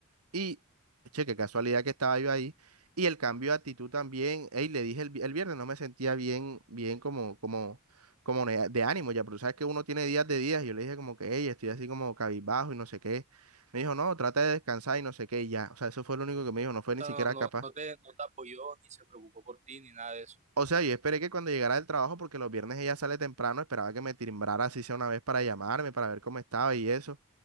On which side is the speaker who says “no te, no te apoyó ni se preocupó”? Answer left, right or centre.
Right